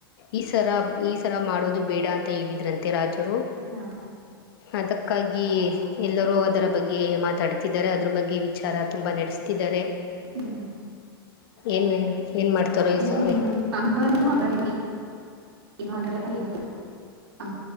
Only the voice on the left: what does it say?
ಈ ಸರ ಈ ಸರ ಮಾಡೋದು ಬೇಡ ಅಂತ ಹೇಳಿದ್ರಂತೆ ರಾಜರು
ಅದಕ್ಕಾಗಿ ಎಲ್ಲರೂ ಅದರ ಬಗ್ಗೆ ಮಾತಾಡ್ತಿದ್ದಾರೆ ಅದರ ಬಗ್ಗೆ ವಿಚಾರ ತುಂಬ ನಡೆಸ್ತಿದ್ದಾರೆ
ಏನ್ ಏನ್ ಮಾಡ್ತಾರೋ
ಈ ಸರಿ